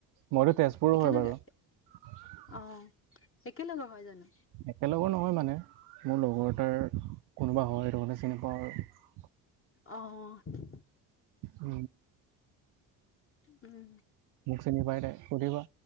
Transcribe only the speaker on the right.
মইতো তেজপুৰৰ
হয় বাৰু
একেলগৰ নহয় মানে মোৰ লগৰ এটাৰ কোনোবা হয় সেইটো কাৰণে চিনি পাওঁ আৰু
উ
মোক চিনি পাইদে সুধিবা